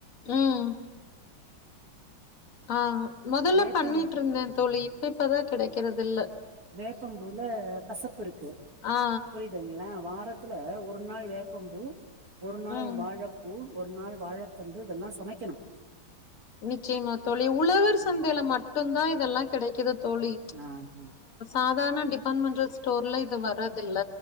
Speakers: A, on the left; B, on the right.
A: உம் ஆ முதல்ல
B: வேப்பம்
A: பண்ணிட்ருதா தோழி இப் பதா கிடைக்கிறது இல்ல
B: வேப்பம்பூல கசப்பு இருக்கு
A: ஆ
B: புரியுதுங்க லா வாரத்துல ஒரு நாள் வேப்பம் பூ ஒரு நாள்
A: ம்
B: வாழப் பூ ஒரு நாள் வாழ தண்டு இதெல்லா சமைக்கணும்
A: நிச்சியமா தோழி உழவர் சந்தைல
B: ம்
A: மட்டுந்தா இதெல்லா கெடைக்குது தோழி
B: ஆ ஆ
A: சாதார்ண டிபாட்மெண்டல் ஸ்டோர்ல இது வர தில்ல